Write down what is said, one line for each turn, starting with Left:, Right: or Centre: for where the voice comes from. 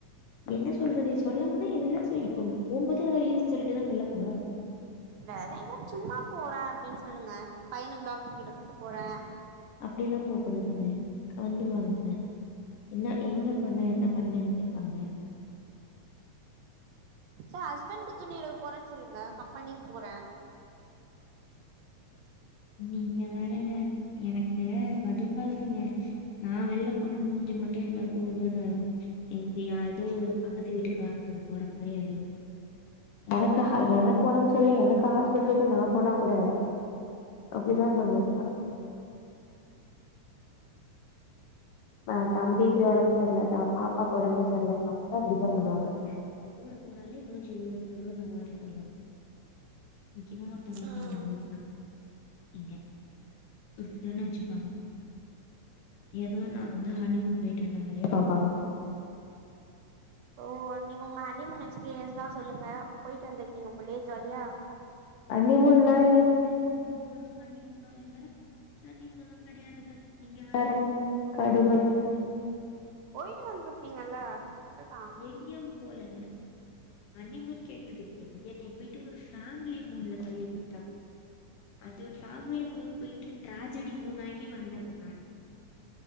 Left: என்ன சொல்றது சொல்லாமனா எல்லா செ இப்ப போம்போது ரீசன் சொல்லிட்டுதான வெள்ல போணு
Right: வேற எதா சும்மா போறே அப்டின் சொல்லுங்க பையனுக்கு டாக்ட்ரு கிட்ட கூட்டு போறே
Left: அப்டில்லா போக்கூடாதுங்க வந்துருவாங்கங்க என்ன எங்க போன என்ன பண்ணேன் கேப்பாங்க
Right: சோ ஹஸ்பண்க்கு துணி எடுக்க போறேனு சொல்லுங்க கம்பெனிக்கு போற
Left: நீங்க வேறெங்க எனக்கு கடுப்பாகுதிங்க நா வெள்ல போனா மூஞ்சு மட்டு எல்லாருக்கு உர்ருனு ஆயிரு இங்கியா எதோ ஒரு பக்கத்து வீட்டுக்காரங்க கூட போற மாரி ஆயிரு எனக்கு ஹ எனக்கு ஒடம்பு செரில்ல எனக்கு ஹாஸ்பிட்டலுக்கு நா போனா கூட அப்டிதா பண்ணுவாங்க அ தம்பிக்கு ஒடம்பு சரிலா பாப்பாக்கு ஒடம்பு சரில அப்பதா அப்டிதா பண்ணுவாங்க நா கூட போனாலே மூஞ்சு உர்ண்ணு மாருதாலாக்கு முக்கியமா ஒருத்தங்க இருக்காங்க
Right: ம்
Left: அவங்க <unintelligible> இங்க உர்ருன்னு வச்சுப்பாங்க ஏதோ நா வந்து ஹனிமூன் போயிட்டு வந்த மாரியே பாபாங்க
Right: ஓ நீங்க உங்க ஹனிமூன் எக்ஸ்பீரியன்ஸ் தா சொல்லுங்க போயிட்டு வந்திருக்கீங்க போலயே ஜாலியா
Left: கனிமூன்ல இல்லைங்க எந்த ஒரு ஹனிமூணு இல்ல ஹனிமூன்னு கெடையாதுங்க நீங்க வேற கடுப்பேத்திக்கிட்டு
Right: போயிட்டு வந்திருப்பீங்கல்ல அதுதா
Left: எங்கயும் போலங்க ஹனிமூன் கேட்டதுக்கு என்ன போய்ட்டு ஒரு ஃபேமிலி மூன்ல தள்ளி விட்டாங்க அது பேமி மூன் போயிட்டு ட்ராஜடி மூன் ஆகி வந்தங்க நானு